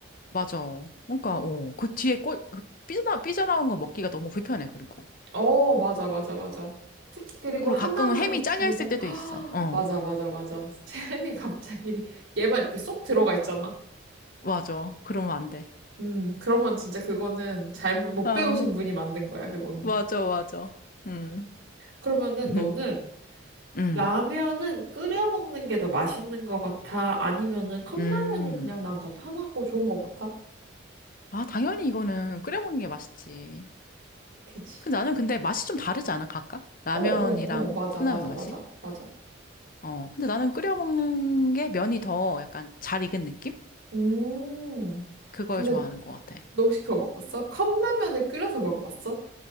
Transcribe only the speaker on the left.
맞아. 그러니까, 어, 그 뒤에 꽃, 그 삐져나, 삐져나온 거 먹기가 너무 불편해, 그리고.
그리고
가끔은 햄이 잘려있을
때도
있어. 어,
맞아. 그러면 안 돼.
어,
맞아, 맞아. 음,
<laughs>
음,
음.
아, 당연히 이거는 끓여 먹는 게 맛있지.
근데 나는 근데 맛이 좀 다르지 않아, 각각? 라면이랑
컵라면
맛이?
어, 근데 나는 끓여 먹는 게 면이 더 약간 잘 익은 느낌?
그걸
좋아하는 것 같아.